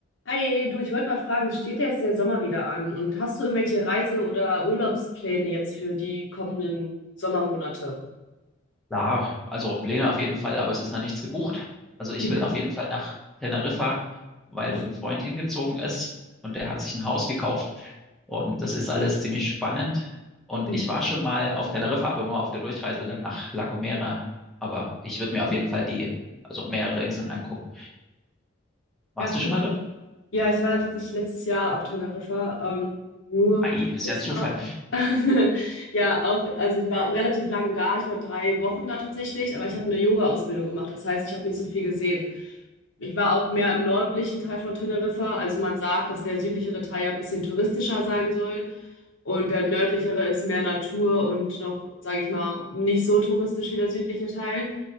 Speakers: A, on the left; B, in the centre.
A: Hi, du, ich wollte mal fragen, steht ja jetzt der Sommer wieder an und hast du irgendwelche Reise- oder Urlaubspläne jetzt für die kommenden Sommermonate?
B: Ja, also Pläne auf jeden Fall, aber es ist noch nichts gebucht. Also ich
A: Ja,
B: will auf jeden Fall nach Teneriffa, weil
A: ich-
B: dort ein Freund hingezogen ist und der hat sich ein Haus gekauft und das ist alles ziemlich spannend. Und
A: mhm.
B: ich war schon mal auf Teneriffa, aber nur auf der Durchreise dann nach La Gomera. Aber ich würde mir auf jeden Fall die, also mehrere Inseln angucken. Warst
A: Ja,
B: du
A: cool.
B: schon mal dort?
A: Ja, ich war tatsächlich letztes Jahr auf Teneriffa, ähm, nur
B: Ei, ist
A: kurz,
B: ja ein Zufall.
A: <laughs> Ja, auch, also ich war relativ lang da. Ich war drei Wochen da tatsächlich, aber ich habe eine Yoga-Ausbildung gemacht. Das heißt, ich habe nicht so viel gesehen. Ich war auch mehr im nördlichen Teil von Teneriffa. Also man sagt, dass der südlichere Teil ja ein bisschen touristischer sein soll. Und der nördlichere ist mehr Natur und noch, sage ich mal, nicht so touristisch wie der südliche Teil.